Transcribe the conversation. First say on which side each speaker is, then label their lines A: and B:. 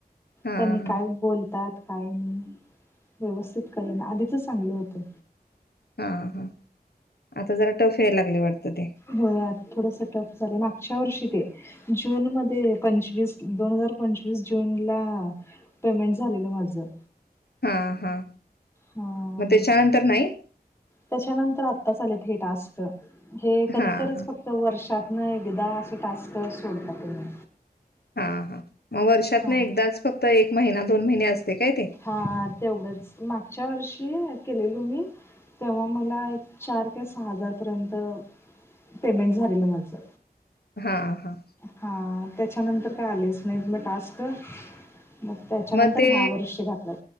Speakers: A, on the left; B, on the left.
A: हा
B: त्यांनी
A: हा
B: काय बोलतात काय नाही व्यवस्थित कळेना आधीचच चांगलं होतं
A: हा हा आता जरा टफ यायला लागत वाटत ते
B: होय आत थोडंसं टप झालं मागच्या वर्षी ते जून मध्ये पंचवीस, दोन हजार पंचवीस जून ला पेमेंट झालेलं माझं
A: हा हा
B: हां.
A: मग त्याच्यानंतर नाही.
B: त्याच्यानंतर आताचं आले हे टास्क हे कधीतरच
A: हा हा
B: फक्त तर वर्षातन एकदा असं टास्क सोडतात तेनी
A: हा हा मग वर्षात
B: हां.
A: न एकदाच फक्त एक महिना दोन महिने असते काय ते
B: हा तेवढंच मागच्या वर्षी केलेलो मी तेव्हा मला एक चार क सहा हजारपर्यंत पेमेंट झालेलं माझं
A: हा हा
B: हा त्याच्यानंतर काय आलेच नाहीत टास्क मग त्याच्यानंतर
A: मग ते
B: ह्या वर्षी घातलात